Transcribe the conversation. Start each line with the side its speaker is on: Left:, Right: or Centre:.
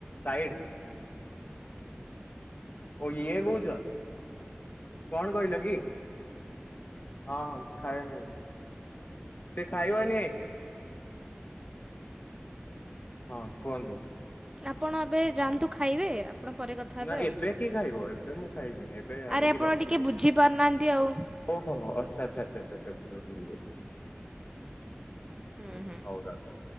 Left: ସାଇଡ଼୍ ଓ ଇଏ କହୁଛ କଣ କହିଲ କି? ହଁ ହଁ ଖାଇବନି ସେ ଖାଇବନି ହଁ କୁହନ୍ତୁ
Right: ଆପଣ ଏବେ ଯାଆନ୍ତୁ ଖାଇବେ। ଆପଣ ପରେ କଥା ହେବେ
Left: ନା
Right: ଆଉ
Left: ଏବେ କି ଖାଇବ ଏବେ ମୁଁ ଖାଇବିନି ଏବେ ଆଣିକି
Right: ଆରେ ଆପଣ
Left: ରଖିଦେଲି।
Right: ଟିକେ ବୁଝି ପାରୁନାହାନ୍ତି ଆଉ।
Left: ଓହୋ ହୋ ଆଚ୍ଛା ଆଚ୍ଛା ଆଚ୍ଛା।
Right: ହୁଁ ହୁଁ
Left: ହଉ ରଖ।